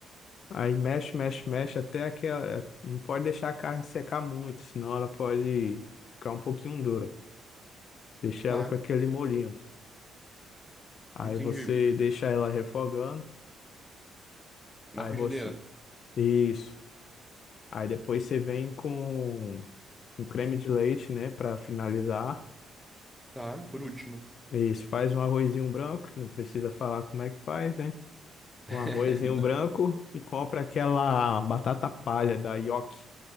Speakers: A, on the left (about 60°); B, in the centre.
A: Aí mexe, mexe, mexe até que ela- não pode deixar a carne secar muito, senão ela pode ficar um pouquinho dura. Deixa
B: Tá,
A: ela com aquele molhinho. Aí
B: entendi.
A: você deixa ela refogando.
B: Na
A: Aí
B: frigideira.
A: você isso. Aí depois você vem com um creme de leite, né, para finalizar.
B: Tá, por último.
A: Isso, faz um arrozinho branco, que não precisa falar como é que faz, né?
B: <laughs>
A: com arrozinho
B: Não.
A: branco e compra aquela batata palha da Yoki.